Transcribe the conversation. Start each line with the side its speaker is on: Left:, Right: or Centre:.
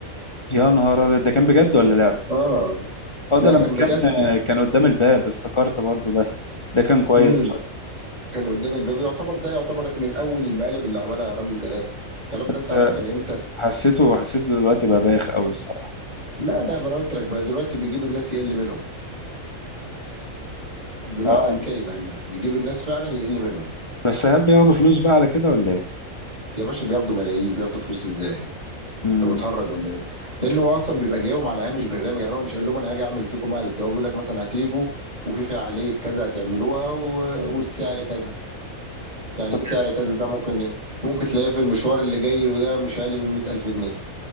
Left: يا نهار ابيض ده كان بجد ولا لعب
Right: اه
Left: اه
Right: لا
Left: ده لما
Right: كان بجد
Left: كان كان قدام الباب افتكرت برضو ده ده كان كويس
Right: امم
Left: برضو.
Right: كان قدام الباب يعتبر ده يعتبر من اول المقالب اللي عملها رامز جلال الكلام
Left: بس
Right: ده انت عارف كان امتى
Left: حسيته حسيته دلوقتي بقى بايخ قوي الصراحه
Right: لا لا ما انا قلت لك بقى دلوقتي بيجيب الناس يقل منهم بمعنى
Left: اه
Right: الكلمه يعني بيجيب الناس فعلا يقل منهم
Left: بس هل بياخدوا فلوس بقى على كده ولا ايه
Right: يا باشا بياخدوا ملايين بياخدوا فلوس ازاي
Left: امم
Right: انت بتهرج ولا ايه لانه هو اصلا بيبقى جايبهم على هامش برنامج يعني هو مش قال لهم انا هاجي اعمل فيكم مقلب ده هو بيقول لك مثلا هتيجوا وفي فعاليه كذا هتعملوها و... والسعر كذا يعني
Left: طب
Right: السعر كذا ده ممكن ممكن تلاقيه في المشوار اللي جاي له ده مش اقل من 100000 جنيه